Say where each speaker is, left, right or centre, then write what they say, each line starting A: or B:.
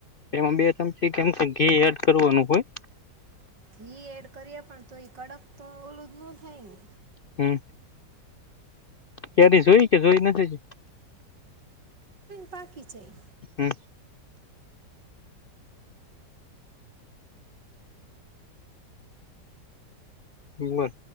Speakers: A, on the left; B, on the right.
A: એમાં બે ચમચી કેમ કે ઘી એડ કરવાનું હોય.
B: ઘી એડ કરીએ પણ તો એ કડક તો ઓલું જ ન થાય ને?
A: હમ. કેરી જોઈ કે જોઈ નથી.
B: બાકી છે.
A: હમ. હમ બ.